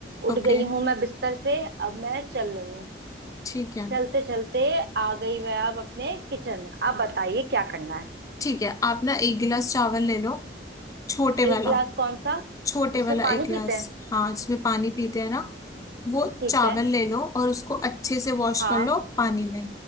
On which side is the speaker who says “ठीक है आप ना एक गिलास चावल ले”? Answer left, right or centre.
Left